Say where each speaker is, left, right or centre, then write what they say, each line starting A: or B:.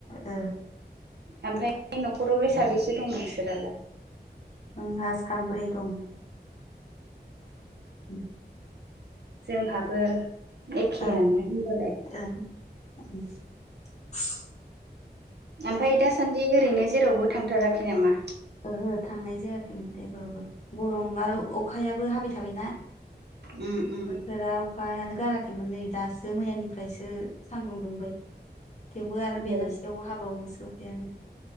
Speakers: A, on the left; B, on the right.
A: औ
B: ओमफ्राय न'खरावलाय साबेसे दं नोंसोरालाय?
A: जोंहा साब्रै दं। औ
B: जोंहाबो एखेयानो
A: ओं
B: होमबलाय।
A: ओं <unintelligible>
B: ओमफाय दासान्दि ओरैनो जेरावबो थांथाराखै नामा?
A: ओहो थांनाय जायाखै गरम आरो अखायाबो हाबाय थाबायना।
B: उम उम
A: बोथोरा अखायानो गाराखै खैमोन नै दासो मैयानिफ्रायसो सान्दुं दुंबाय। थेवबो आरो बेलासियावबो
B: औ
A: हाबावोसो अखायानो।